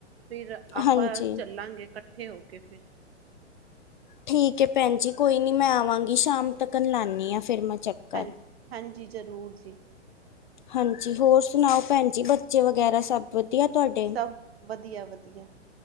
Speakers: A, on the right; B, on the left.
A: ਫਿਰ ਆਪਾਂ
B: ਹਾਂਜੀ
A: ਚੱਲਾਂਗੇ ਇਕੱਠੇ ਹੋ ਕੇ। ਫਿਰ
B: ਠੀਕ ਏ ਭੈਣ ਜੀ ਕੋਈ ਨੀ ਮੈਂ ਆਵਾਂਗੀ ਸ਼ਾਮ ਤੱਕਨ, ਆਨੀ ਹਾਂ ਫਿਰ ਮੈਂ। ਚੱਕਰ
A: ਹਾਂਜੀ-ਹਾਂਜੀ, ਜ਼ਰੂਰ ਜੀ,
B: ਹਾਂਜੀ ਹੋਰ ਸੁਣਾਓ, ਭੈਣ ਜੀ ਬੱਚੇ ਵਗੈਰਾ ਸਭ, ਵਧੀਆ ਤੁਹਾਡੇ?
A: ਸਭ ਵਧੀਆ-ਵਧੀਆ।